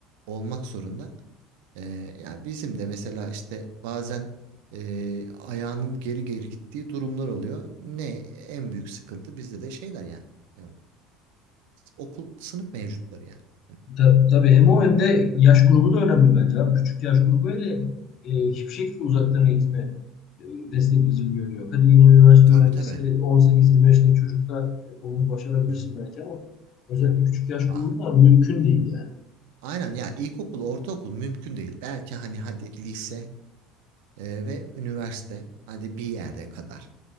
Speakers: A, on the right; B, on the left.
A: olmak zorunda. Ee, ya bizim de mesela işte bazen e, ayağının geri geri gittiği durumlar oluyor. Ne en büyük sıkıntı bizde de şeyler yani. Ne o? Okul sınıf mevcutları yani. Hani,
B: Ta, tabii hem
A: ya
B: o
A: o,
B: hem de yaş grubu da önemli bence abi. Küçük yaş grubu ile e, hiçbir şekilde uzaktan eğitime e, destekleyici görünüyor. Hadi yine üniversite
A: tabii
B: öğrencisi
A: tabii.
B: 18-25'lik çocukta e, onu başarabilirsin
A: Hı.
B: belki ama özellikle küçük yaş
A: Aa,
B: grubunda mümkün değil yani.
A: aynen ya ilkokul, ortaokul mümkün değil. Belki hani hadi lise e, ve üniversite hadi bir yerde kadar